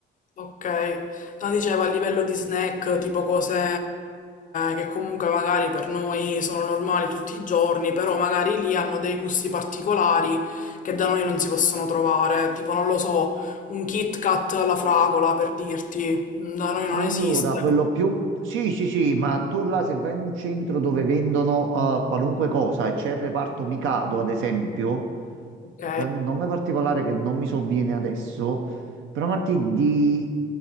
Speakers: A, on the left; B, on the right.
A: Ok. No, dicevo a livello di snack, tipo cose che comunque magari per noi sono normali tutti i giorni, però magari lì hanno dei gusti particolari che da noi non si possono trovare. Tipo, non lo so, un Kit Kat alla fragola, per dirti, Mm, da noi non
B: Allora,
A: esiste.
B: quello più... Sì, sì, sì, ma tu là se vai in un centro dove vendono eh, qualunque cosa e c'è il reparto Mikado, ad esempio,
A: Ok.
B: che prende un nome particolare che non mi sovviene adesso, però Martì, di